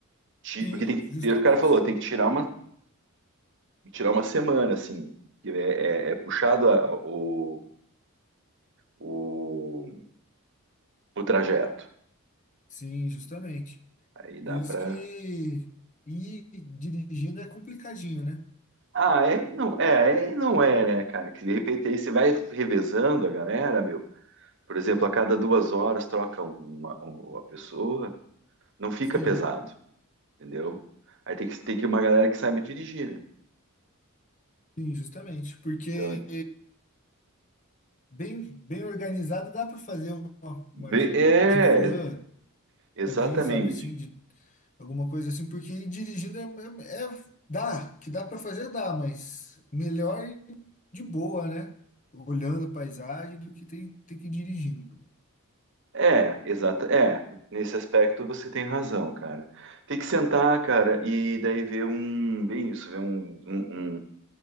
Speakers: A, on the right; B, on the left.
A: Ti-
B: sim,
A: Porque tem que
B: justamente.
A: ter, o cara falou, tem que tirar uma, tirar uma semana, assim. que É, é- é puxado a- o, o, o trajeto.
B: Sim, justamente.
A: Aí dá
B: Por isso
A: pra.
B: que ir dirigindo é complicadinho, né?
A: Ah, é, não, é, é, não é, né, cara? Que de repente aí você vai revezando a galera, meu. Por exemplo, a cada duas horas troca uma, um, uma pessoa, não fica
B: Sim.
A: pesado, entendeu? Aí tem que tem que uma galera que sabe dirigir, né?
B: Sim, justamente, porque
A: Então,
B: bem, bem organizado dá para fazer uma,
A: bem-
B: uma de,
A: é,
B: de van
A: exatamente.
B: também, sabe assim, de alguma coisa assim, porque dirigindo é, é- é- dá, que dá para fazer dá, mas melhor ir de boa, né? Olhando a paisagem do que ter, ter que ir dirigindo.
A: É, exata, é, nesse aspecto você tem razão, cara. Tem que sentar, cara, e daí ver um, bem isso, ver um, um, um,